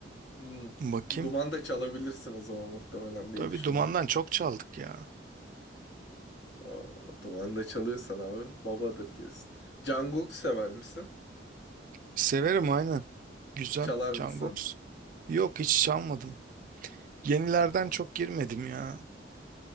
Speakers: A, on the left; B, on the right.
A: Hmm.
B: Bakayım.
A: Duman da çalabilirsin o zaman muhtemelen diye
B: Tabii
A: düşünüyorum.
B: Duman'dan çok çaldık ya.
A: Aa, duman da çalıyorsan abi babadır diyorsun. Jungkook sever misin?
B: Severim aynen. Güzel.
A: Çalar
B: Canbox.
A: mısın?
B: Yok hiç çalmadım. Yenilerden
A: Ha,
B: çok girmedim ya.